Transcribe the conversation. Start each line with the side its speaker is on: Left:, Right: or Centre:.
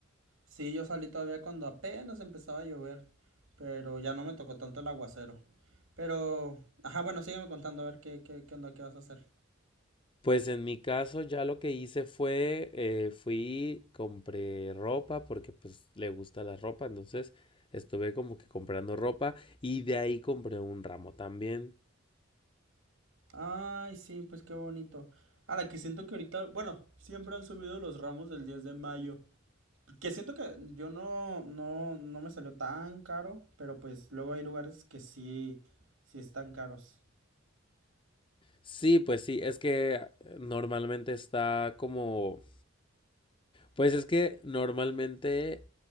Right: Sí, yo salí todavía cuando apenas empezaba a llover, pero ya no me tocó tanto el aguacero. Pero, ajá, bueno, sígueme contando a ver qué, qué, qué onda, qué vas a hacer.
Left: Pues en mi caso ya lo que hice fue, eh, fui, compré ropa porque pues le gusta la ropa, entonces estuve como que comprando ropa y de ahí compré un ramo también.
Right: Ay, sí, pues qué bonito. A la que siento que ahorita, bueno, siempre han subido los ramos del 10 de mayo. Que siento que yo no, no, no me salió tan caro, pero pues luego hay lugares que sí, sí están caros.
Left: Sí, pues sí, es que eh, normalmente está como Pues es que normalmente,